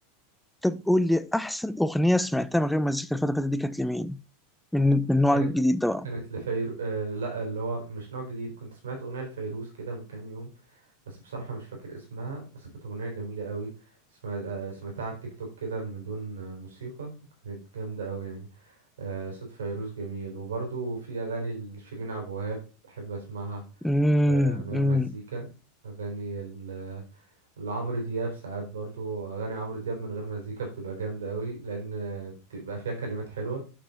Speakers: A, in the centre; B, on the right (about 75°).
A: طب قول لي احسن اغنيه سمعتها من غير مزيكا الفتره اللي فاتت دي كانت لمين من من النوع
B: كانت
A: الجديد ده بقى
B: كانت لفيرو آه لا اللي هو مش نوع جديد كنت سمعت اغنية لفيروز كده من كام يوم بس بصراحة مش فاكر اسمها بس كانت أغنية جميلة قوي اسمها آه، سمعتها على التيك توك كده من دون آه، موسيقى كانت جامدة قوي يعني آه، صوت فيروز جميل وبرضو في أغاني لشيرين عبد الوهاب بحب أسمعها
A: امم
B: آه، من غير
A: امم
B: مزيكا أغاني ال- لعمرو دياب ساعات برضو أغاني عمرو دياب من غير مزيكا بتبقى جامدة قوي لأن آه، بتبقى فيها كلمات حلوة